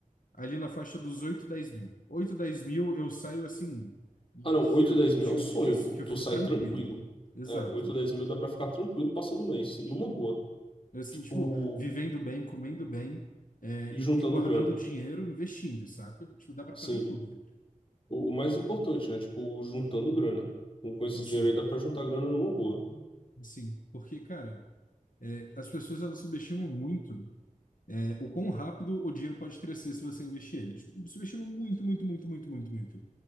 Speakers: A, on the left; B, on the left.
A: ali na faixa dos 8 10 mil. 8 10 mil eu saio assim,
B: Ah, não,
A: que,
B: oito e
A: que,
B: dez mil
A: de-
B: é o sonho,
A: que, eu,
B: pô.
A: que eu
B: Tu
A: fico
B: sai
A: tranquilo.
B: tranquilo.
A: Exato.
B: É, 8 ou 10 mil dá pra ficar tranquilo passando o mês, numa boa.
A: Assim,
B: Tipo,
A: tipo, vivendo bem, comendo bem, é,
B: e
A: e,
B: juntando
A: e guardando
B: grana.
A: dinheiro, investindo, saca? Tipo, dá para
B: Sim.
A: fazer tudo.
B: O, o mais importante, né? Tipo, juntando grana. Com, com esse
A: Sim.
B: dinheiro aí dá pra juntar grana numa boa.
A: Sim, porque, cara, é, as pessoas elas subestimam muito é, o quão rápido o dinheiro pode crescer se você investir ele. Tipo, Subestimam muito, muito, muito, muito, muito, muito.